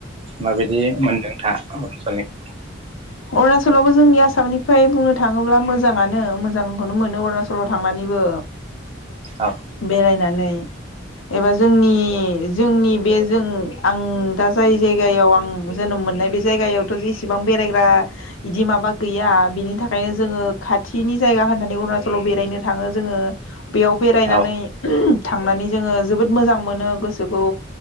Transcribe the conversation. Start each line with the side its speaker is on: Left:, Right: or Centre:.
Right: माबायदि मोनदों नोंथाङा अरुणचलनि
Left: अरुणासलावबो जोंनि आसामनिफ्राय बुंनो थाङोब्ला मोजाङानो मोजांखौनो मोनो अरुणाचलाव थांनानैबो
Right: औ
Left: बेरायनानै एबा जोंनि जोंनि बे जों आं दा जाय जायगायाव आं जोनोम मोननाय बे जायगायावथ' एसेबां बेरायग बा बिदि माबा गैया बिनि थाखायनो जोङो खाथिनि जायगा होननानै अरुणचलाव बेरायनो थाङो जोङो बेयाव बेरायनानै
Right: औ
Left: थांनानै जोङो जोबोद मोजां मोनो गोसोखौ